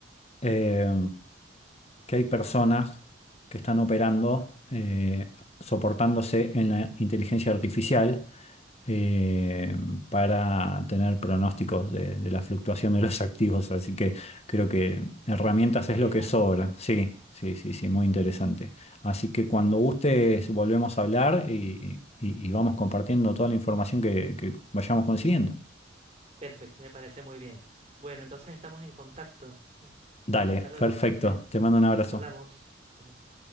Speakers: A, on the left; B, on the right.
A: eh, que hay personas que están operando eh, soportándose en la inteligencia artificial eh, para tener pronósticos de, de la fluctuación de los <laughs> activos. Así que Creo que herramientas
B: Buena,
A: es lo que sobra. Sí, sí, sí, sí, muy interesante. Así que cuando gustes volvemos a hablar y, y- y vamos compartiendo toda la información que que vayamos consiguiendo.
B: perfecto, me parece muy bien. Bueno, entonces estamos en contacto.
A: Dale,
B: Hasta luego
A: perfecto.
B: entonces,
A: Te mando un abrazo.
B: hablamos. Ok.